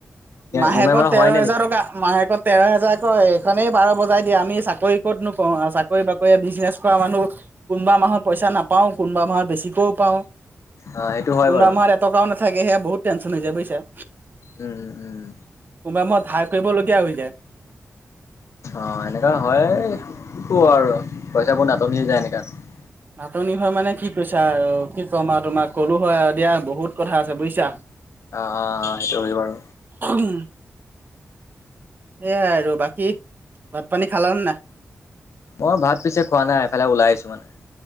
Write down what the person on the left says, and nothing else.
ই এম আই মাৰা
হোৱাই নাই
নেকি?
অ', সেইটো হয়
বাৰু
উম, উম, উম।
অ', এনেকা হয়ে কি কৰ আৰু পইচাবোৰ নাটনি যায় এনেকাত
অ', সেইটো হয় বাৰু।
মই ভাত পিছে খোৱা নাই এফালে ওলাই আহিছোঁ মানে।